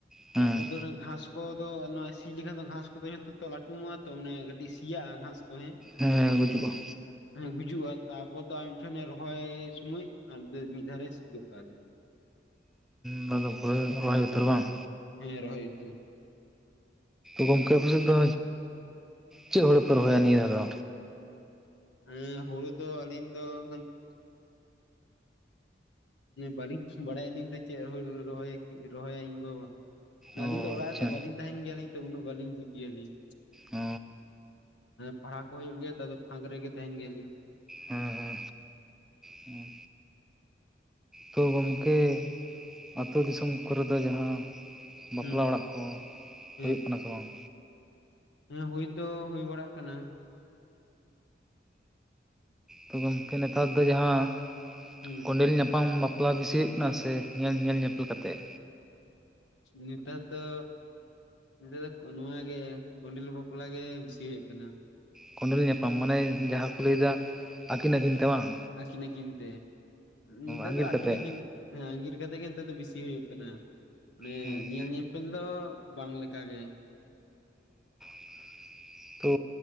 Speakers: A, in the centre; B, on the left.
A: ᱦᱮᱸ
B: ᱛᱟᱨᱯᱚᱨ ᱫᱚ ᱚᱱᱟ ᱜᱷᱟᱸᱥᱼᱼ ᱠᱚᱫᱚ ᱱᱚᱣᱟ ᱥᱤ ᱞᱮᱠᱷᱟᱱ ᱫᱚ ᱜᱷᱟᱸᱥ ᱠᱚᱫᱚ ᱡᱷᱚᱛᱚ ᱛᱚ ᱞᱟᱴᱩᱢᱚᱜᱼᱟ ᱛᱚ ᱢᱟᱱᱮ ᱠᱟᱴᱤᱡ ᱥᱤᱭᱟᱜᱼᱟ ᱜᱷᱟᱸᱥᱼᱼ ᱠᱚ ᱦᱮ
A: ᱦᱮᱸ ᱜᱩᱡᱩᱜᱼᱟ
B: ᱜᱩᱡᱩᱜᱼᱟ ᱛᱟᱯ <inaudible> ᱨᱚᱦᱚᱭ ᱥᱩᱢᱚᱭ ᱟᱨ ᱢᱤᱫ ᱫᱷᱟ ᱨᱮ ᱥᱤᱭ ᱜᱚᱫ ᱠᱟᱜ ᱟᱞᱮ ᱾
A: ᱚᱱᱟᱫᱚ ᱯᱩᱨᱟᱹ ᱨᱚᱦᱚᱭ ᱩᱛᱟᱹᱨ ᱵᱟᱝ?
B: ᱦᱮᱸ ᱨᱚᱦᱚᱭ ᱩᱛᱟ. ᱨ᱾
A: ᱜᱚᱝᱠᱮ ᱟᱯᱮ ᱥᱮᱜ ᱫᱚ ᱪᱮᱫ ᱦᱳᱲᱳ ᱯᱮ ᱨᱚᱦᱚᱭᱟ ᱱᱤᱭᱟᱹ ᱫᱷᱟᱣ ᱫᱚ?
B: ᱦᱩᱸ ᱦᱩᱲᱩ ᱫᱚ ᱟᱞᱤᱧ ᱫᱚ ᱼᱼ ᱵᱟᱞᱤᱧ ᱵᱟᱲᱟᱭᱟᱞᱤᱧ ᱛᱚ ᱪᱮᱫ ᱨᱩᱲᱩ ᱨᱚᱦᱚᱭ ᱨᱚᱦᱚᱭᱟ ᱤᱧ ᱵᱟᱵᱟ᱾
A: ᱚ
B: ᱟᱞᱤᱧ ᱫᱚ
A: ᱟᱪᱪᱷᱟ
B: ᱚᱲᱟᱜ ᱨᱮ ᱫᱚ ᱵᱟᱞᱤᱧ ᱛᱟᱸᱦᱮᱱ ᱜᱮᱭᱟᱞᱤᱧ ᱛᱚ ᱩᱱᱟᱹᱜ ᱵᱟᱞᱤᱧ ᱵᱩᱡ ᱜᱮᱭᱟᱞᱤᱧ᱾
A: ᱚ
B: ᱯᱟᱲᱦᱟ ᱠᱚ ᱦᱳᱭᱳᱜ ᱜᱮᱭᱟ ᱛᱚ ᱟᱫᱚ ᱯᱷᱟᱸᱠ ᱨᱮᱜᱮ ᱛᱟᱸᱦᱮᱱ ᱜᱮᱭᱟᱞᱤᱧ᱾
A: ᱦᱮᱸ ᱦᱮᱸ ᱛᱳ ᱜᱚᱝᱠᱮ ᱟᱛᱳ ᱫᱤᱥᱚᱢ ᱠᱚᱨᱮ ᱫᱚ ᱡᱟᱦᱟᱸ ᱼᱼ ᱵᱟᱯᱞᱟ
B: ᱦᱩᱸ
A: ᱚᱲᱟᱜ ᱠᱚ
B: ᱦᱮᱸ
A: ᱦᱳᱭᱳᱜ ᱠᱟᱱᱟ ᱥᱮ ᱵᱟᱝ?
B: ᱦᱮᱸ ᱦᱳᱭ ᱫᱚ ᱦᱳᱭ ᱵᱟᱲᱟᱜ ᱠᱟᱱᱟ᱾
A: ᱛᱚ ᱜᱚᱢᱠᱮ ᱱᱮᱛᱟᱨ ᱫᱚ ᱡᱟᱦᱟᱸ ᱼᱼ
B: ᱦᱩᱸ
A: ᱠᱚᱸᱰᱮᱞ ᱧᱟᱯᱟᱢ ᱵᱟᱯᱞᱟ ᱵᱤᱥᱤ ᱦᱩᱭᱩᱜ ᱠᱟᱱᱟ ᱥᱮ ᱧᱮᱞ ᱧᱮᱞ ᱧᱮᱯᱮᱞ ᱠᱟᱛᱮᱜ?
B: ᱱᱮᱛᱟᱨ ᱫᱚᱼᱼ ᱱᱮᱛᱟᱨ ᱫᱚ ᱱᱚᱣᱟ ᱜᱮ ᱠᱚᱸᱰᱮᱞ ᱵᱟᱯᱞᱟ ᱜᱮ ᱵᱤᱥᱤ ᱦᱩᱭᱩᱜ ᱠᱟᱱᱟ᱾
A: ᱠᱚᱸᱰᱮᱞ ᱧᱟᱯᱟᱢ ᱢᱟᱱᱮ ᱡᱟᱦᱟᱸ ᱠᱚ ᱞᱟᱹᱭᱮᱫᱟ ᱟᱠᱤᱱ ᱟᱠᱤᱱ ᱛᱮ ᱵᱟᱝ?
B: ᱟᱠᱤᱱ ᱟᱠᱤᱱ ᱛᱮ, ᱱᱤᱫᱟ,
A: ᱟᱸᱜᱤᱨ
B: ᱫᱚ ᱟᱠᱤᱱ
A: ᱠᱟᱛᱮᱫ
B: ᱟᱠᱤᱱᱼᱼ ᱟᱸᱜᱤᱨ ᱠᱟᱛᱮᱜ ᱜᱮ ᱱᱮᱛᱚᱜ ᱫᱚ ᱵᱤᱥᱤ ᱦᱩᱭᱩᱜ ᱠᱟᱱᱟ ᱾ ᱟᱱᱮ
A: ᱦᱮᱸ
B: ᱧᱮᱞ ᱧᱮᱼᱼ ᱧᱮᱯᱮᱞ ᱫᱚ ᱵᱟᱝ ᱞᱮᱠᱟ ᱜᱮ ᱾
A: <inaudible> ᱛᱳ